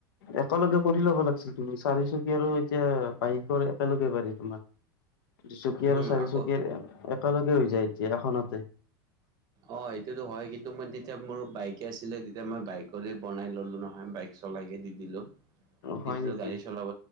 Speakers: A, on the left (about 80°); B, on the right (about 35°).
A: একেলগে কৰি ল'ব লাগিছিল তুমি চাৰি চকীয়া আৰু এতিয়া বাইকৰ একেলগে পাৰি তোমাৰ দুচকীয়া
B: উম
A: আৰু চাৰিচকীয়া
B: আকৌ
A: একেলগে হৈ যায় এতিয়া, এখনতে।
B: অ সেইটোতো হয় কিন্তু মই যেতিয়া মোৰ বাইকে আছিলে তেতিয়া মই বাইকৰে বনাই ললো নহয় বাইক চলাইকে দি দিলো। কিছু
A: হয় নেকি
B: গাড়ী চলাব